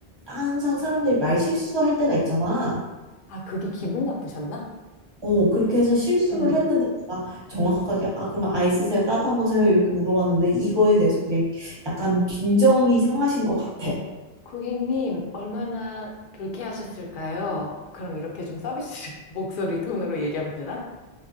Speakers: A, on the right (about 30°); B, on the left (about 60°).
A: 항상 사람들이 말 실수할 때가 있잖아.
B: 아, 그게 기분 나쁘셨나?
A: 어, 그렇게 해서 실수를
B: 응.
A: 했는데 제가 정확하게 아 그러면 아이스세요 따뜻한 거세요 이렇게 물어봤는데 이거에 대해서 그냥 약간 빈정이 상하신 것 같아.
B: 고객님, 얼마나 불쾌하셨을까요? 그럼 이렇게 좀 서비스 <laughs> 목소리 톤으로 얘기하면 되나?